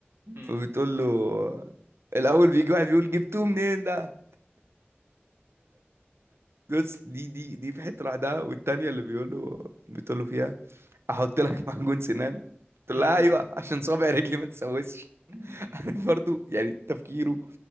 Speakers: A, on the right; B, on the right.
A: أمم،
B: فبتقول له الأول بيجي واحد بيقول جبتوه منين ده بص دي دي دي في حتة لوحدها والتانية اللي بيقول له بتقول له فيها أحط لك معجون سنان تقول
A: أمم،
B: لها أيوه عشان صابع رجلي ما تسوسش
A: أمم.
B: <laughs> عارف برضو يعني تفكيره